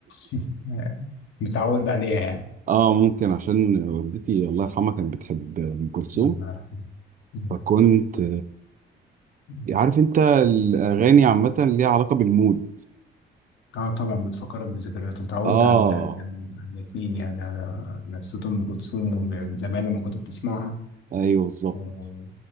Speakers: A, on the left; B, on the right.
A: <laughs> متعود عليها يعني
B: <laughs> اه ممكن عشان والدتي الله يرحمها كانت بتحب ام كلثوم
A: الله يرحمه مم.
B: فكنت
A: مم.
B: عارف انت الاغاني عامه ليها علاقه بالمود
A: اه طبعا بتفكرك بذكريات وتعودت
B: اه
A: على ال- يعني الاثنين يعني على نفسية ام كلثوم وإن زمان لما كنت بتسمعها
B: ايوه بالظبط
A: و-